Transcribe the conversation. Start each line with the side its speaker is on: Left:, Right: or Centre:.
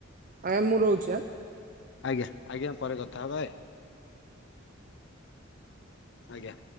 Right: ଆଜ୍ଞା ମୁଁ ରହୁଛି ଆ?
Left: ଆଜ୍ଞା ଆଜ୍ଞା ପରେ କଥା ହବା ଏ। ଆଜ୍ଞା।